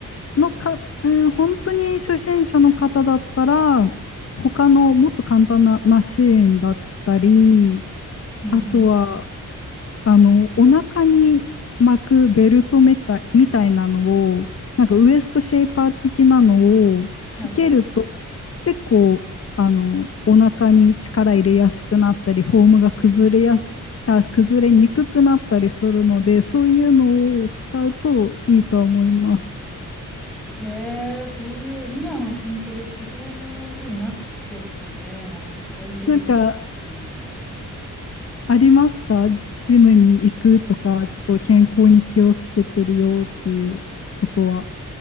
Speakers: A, on the left; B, in the centre.
A: のか、うん、本当に初心者の方だったら、他のもっと簡単なマシーンだったり、
B: うんうん。
A: あとは、あの、お腹に巻くベルトみたい、みたいなのを、なんかウエストシェイパー的なのをつけると、
B: はいはい。
A: 結構、あの、お腹に力入れやすくなったり、フォームが崩れやす、あ、崩れにくくなったりするので、そういうのを使うといいとは思います。
B: へえ、そういう、今の筋トレってそういう風になってんですね。なんかハイテクっていうか。
A: なんか、ありますかジムに行くとか、ちょっと健康に気をつけてるよっていうことは。